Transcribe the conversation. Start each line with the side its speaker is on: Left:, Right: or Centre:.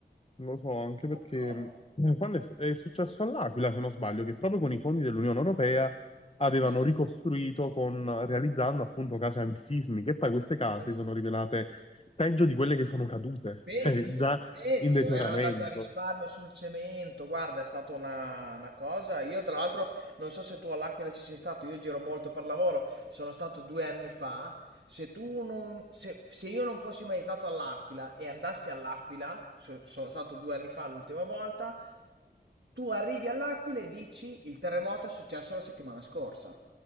Left: Non lo so, anche perché
Right: purtroppo.
Left: eh, quando è, s- è successo all'Aquila, se non sbaglio, che proprio con i fondi dell'Unione Europea avevano
Right: Certo,
Left: ricostruito con, realizzando appunto case antisismiche, e poi queste case
Right: es-
Left: si sono rivelate peggio di quelle che sono cadute,
Right: peggio,
Left: <laughs> eh, già
Right: peggio,
Left: in deterioramento.
Right: erano andati a risparmio sul cemento, guarda, è stata una, una cosa. Io tra l'altro non so se tu all'Aquila ci sei stato, io giro molto per lavoro, sono stato due anni fa. Se tu non, se, se io non fossi mai stato all'Aquila e andassi all'Aquila, so- sono stato due anni fa l'ultima volta, tu arrivi all'Aquila e dici il terremoto è successo la settimana scorsa.